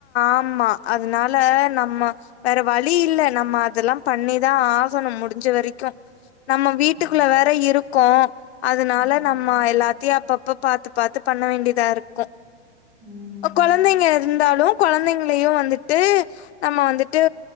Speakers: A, on the left; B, on the right.
A: ஆமா அதனால நம்ம வேற வழி இல்ல நம்ம அதெல்லா பண்ணிதா ஆகணு முடிஞ்ச வரைக்கு நம்ம வீட்டுக்குள்ள
B: ஆமா
A: வேற இருக்கோ அதனால
B: ம்
A: நம்ம எல்லாத்தையு அப்பப்ப பாத்து பாத்து பண்ண வேண்டியதா இருக்கு
B: ம்
A: ஒ கொழந்தைங்க இருந்தாலு கொழந்தைங்க லயு வந்துட்டு நம்ம வந்துட்டு